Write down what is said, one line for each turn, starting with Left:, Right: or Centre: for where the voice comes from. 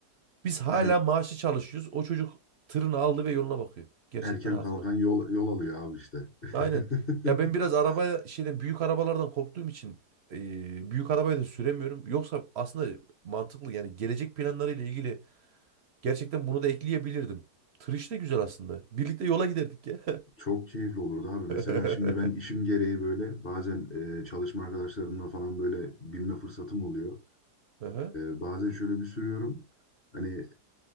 Right: Biz hala
Left: E,
Right: maaşlı çalışıyoruz. O çocuk tırını aldı ve yoluna bakıyor. Gerçekten
Left: Erken
Right: haklı.
Left: kalkan yol, yol alıyor abi işte.
Right: Aynen.
Left: <laughs>
Right: Ya ben biraz araba şeyden büyük arabalardan korktuğum için e, büyük arabayı da süremiyorum. Yoksa aslında mantıklı yani gelecek planlarıyla ilgili gerçekten bunu da ekleyebilirdim. Tır işi de güzel aslında. Birlikte yola giderdik ya.
Left: Çok keyifli olurdu abi. Mesela
Right: <laughs>
Left: şimdi ben işim gereği böyle bazen e, çalışma arkadaşlarımla falan böyle binme fırsatım oluyor.
Right: Aha.
Left: E, bazen şöyle bir sürüyorum. Hani